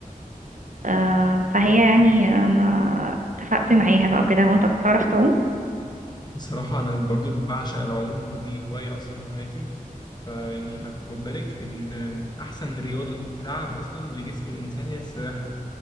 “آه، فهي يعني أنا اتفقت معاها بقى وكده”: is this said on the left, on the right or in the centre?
Right